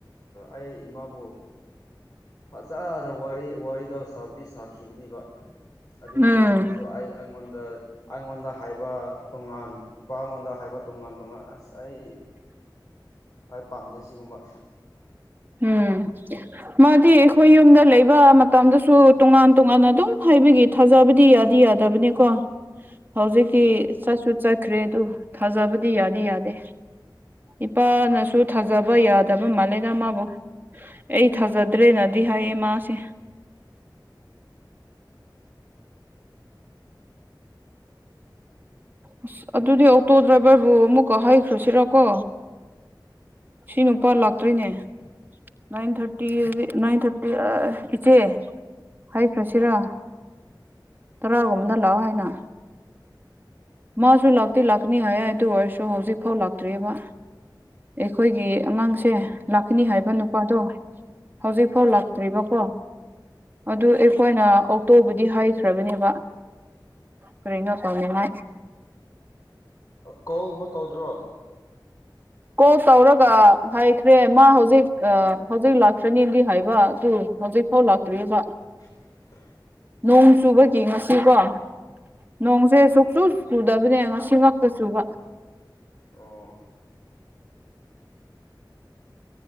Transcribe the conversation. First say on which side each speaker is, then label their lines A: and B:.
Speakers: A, on the left; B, on the right.
A: ꯑꯩꯃꯕꯨ ꯐꯖꯅ ꯋꯥꯔꯤ ꯋꯥꯔꯤꯗꯣ ꯁꯥꯕꯨꯗꯤ ꯁꯥꯈꯤꯕꯅꯤꯕ ꯑꯗꯨ
B: ꯎꯝ
A: ꯃꯇꯨꯡꯗꯁꯨ ꯑꯩ ꯑꯩꯉꯣꯟꯗ ꯑꯩꯉꯣꯟꯗ ꯍꯥꯏꯕ ꯇꯣꯉꯥꯟ ꯏꯄꯥꯉꯣꯟꯗ ꯍꯥꯏꯕ ꯇꯣꯉꯥꯟ ꯇꯉ ꯉꯁꯥꯏ ꯑꯩ ꯄꯥꯝꯖꯩ ꯁꯤꯒꯨꯝꯕ
B: ꯎꯝ ꯃꯥꯗꯤ ꯑꯩꯈꯣꯏ ꯌꯨꯝꯗ ꯂꯩꯕ ꯃꯇꯝꯗꯁꯨ ꯇꯣꯉꯥꯟ ꯇꯣꯉꯥꯟꯅ ꯑꯗꯨꯝ ꯍꯥꯏꯕꯤ ꯊꯥꯖꯕꯗꯤ ꯌꯥꯗꯤ ꯌꯥꯗꯕꯅꯤꯀꯣ ꯍꯧꯖꯤꯛꯀꯤ ꯆꯥꯛꯁꯨꯠ ꯆ ꯠꯈ꯭ꯔꯦ ꯑꯗꯨ ꯊꯥꯖꯕꯗꯤ ꯌꯥꯗꯤ ꯌꯥꯗꯦ ꯏꯄꯥꯅꯁꯨ ꯊꯥꯖꯕ ꯌꯥꯗꯕ ꯃꯥꯜꯂꯦꯗ ꯃꯥꯕꯨ ꯑꯩ ꯊꯥꯖꯗ꯭ꯔꯦꯅꯗꯤ ꯍꯥꯏꯌꯦ ꯃꯥꯁꯦ
A: <unintelligible>
B: ꯑꯁ ꯑꯗꯨꯗꯤ ꯑꯣꯛꯇꯣ ꯗ꯭ꯔꯥꯏꯚꯔꯕꯨ ꯑꯃꯨꯛꯀ ꯍꯩꯈ꯭ꯔꯁꯤꯔꯀꯣ ꯁꯤ ꯅꯨꯄꯥ ꯂꯥꯛꯇ꯭ꯣꯏꯅꯦ ꯅꯥꯟ ꯊꯔꯇꯤ ꯅꯏꯟ ꯊꯔꯇꯤ ꯏꯆꯦ ꯍꯥꯏꯈ꯭ꯔꯁꯤꯔ ꯇꯔꯥꯒꯨꯝꯕꯗ ꯂꯥꯛꯑꯣ ꯍꯥꯏꯅ ꯃꯥꯁꯨ ꯂꯥꯛꯇꯤ ꯂꯥꯛꯀꯅꯤ ꯍꯥꯏ ꯑꯗꯨ ꯑꯣꯏꯔꯁꯨ ꯍꯧꯖꯤꯛ ꯐꯥꯎ ꯂꯥꯛꯇ꯭ꯔꯤꯕ ꯑꯩꯈꯣꯏꯒꯤ ꯑꯉꯥꯡꯁꯦ ꯂꯥꯛꯀꯅꯤ ꯍꯥꯏꯕ ꯅꯨꯄꯥꯗꯣ ꯍꯖꯤꯕꯣ ꯂꯥꯛꯇꯔꯤꯕ ꯀꯣ ꯑꯗꯨ ꯑꯩꯈꯣꯏꯅ ꯑꯣꯛꯇꯣꯕꯨꯗꯤ ꯍꯩꯈ꯭ꯔꯕꯅꯦꯕ ꯀꯔꯤ ꯉꯄꯥꯝꯅꯤꯉ
A: ꯀꯧꯒꯨꯝꯕ ꯇꯧꯗ꯭ꯔꯣ
B: ꯀꯣꯜ ꯇꯧꯔꯒ ꯍꯥꯏꯈ꯭ꯔꯦ ꯃꯥ ꯍꯧꯖꯤꯛ ꯍꯧꯖꯤꯛ ꯂꯥꯛꯇ꯭ꯔꯅꯤꯅꯗꯤ ꯍꯥꯏꯕ ꯑꯗꯨ ꯍꯧꯖꯤꯛ ꯐꯥꯎ ꯂꯥꯛꯇ꯭ꯔꯤꯔꯤꯕ
A: ꯎ <unintelligible>
B: ꯅꯣꯡ ꯆꯨꯕꯒꯤ ꯉꯁꯤꯀꯣ ꯅꯣꯡꯁꯦ
A: ꯑꯣ
B: ꯁꯨꯛꯁꯨꯨ ꯆꯨꯗꯕꯅꯦ ꯉꯁꯤꯃꯛꯇ ꯆꯨꯕ
A: ꯑꯣ